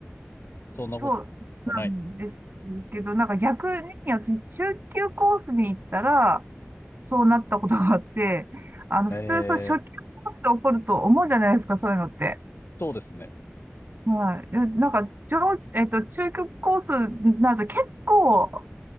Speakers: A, on the left; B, on the right.
A: そんなこ
B: そう、そうなんですけど、
A: とないです
B: なんか逆に私、中級コースに行ったら、そうなったことがあって、あの、
A: ね。
B: 普通、
A: えー
B: そう、初級コースで起こると思うじゃないですか、そういうのって。
A: そうですね。
B: はい。でなんか、上、えっと、中級コースになると結構、